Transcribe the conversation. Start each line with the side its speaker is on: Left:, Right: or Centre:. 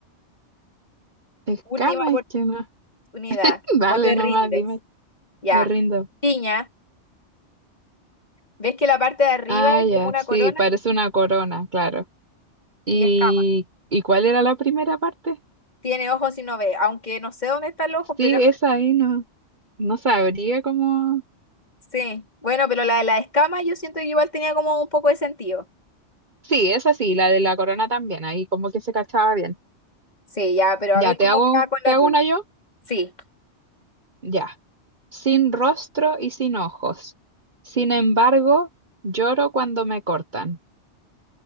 Right: Escamas
Left: Última
Right: es que no.
Left: unidad.
Right: <laughs> Dale
Left: O te rindes.
Right: nomás, dime.
Left: Ya.
Right: Me rindo.
Left: Piña. ¿Ves que la parte de arriba
Right: Ah,
Left: es
Right: ya,
Left: como una
Right: sí,
Left: corona
Right: parece una corona, claro. ¿Y,
Left: y escamas?
Right: y cuál era la primera parte?
Left: Tiene ojos y no ve, aunque no sé dónde está el ojo,
Right: Sí,
Left: pero
Right: esa ahí no, no sabría cómo.
Left: <laughs> sí. Bueno, pero la de las escamas yo siento que igual tenía como un poco de sentido.
Right: Sí, esa sí, la de la corona también, ahí como que se cachaba bien.
Left: Sí, ya, pero
Right: Ya,
Left: a ver
Right: te
Left: cómo
Right: hago,
Left: me va con la
Right: te hago
Left: tuya.
Right: una yo,
Left: Sí.
Right: ya. Sin rostro y sin ojos. Sin embargo, lloro cuando me cortan.